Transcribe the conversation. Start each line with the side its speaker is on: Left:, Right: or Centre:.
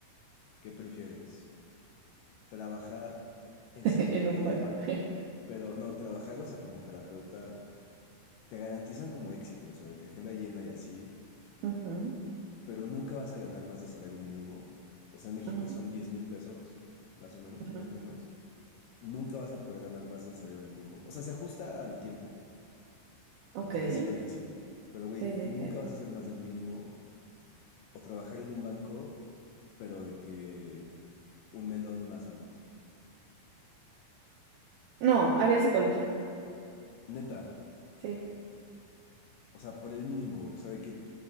Left: ¿Qué prefieres? ¿Trabajar en
Right: <laughs> En
Left: psicología,
Right: un banco. <laughs>
Left: pero no, trabajar, o sea, como terapeuta? te garantizan como éxito, o sea, de que agenda llena y así,
Right: Ujú,
Left: pero nunca vas a ganar más de salario mínimo. O sea, en México
Right: ujú,
Left: son diez mil pesos, más o menos,
Right: ujú.
Left: más o menos. Nunca vas a poder ganar más del salario mínimo. O sea, se ajusta al tiempo,
Right: Ok.
Left: inflación
Right: Sí,
Left: y así. Pero, güey,
Right: sí,
Left: nunca
Right: sí.
Left: vas a hacer más del mínimo o trabajar en un banco, pero de que un melón más al mes.
Right: No, haría psicología.
Left: Neta,
Right: Sí.
Left: o sea, por el mínimo, güey. O sea, de que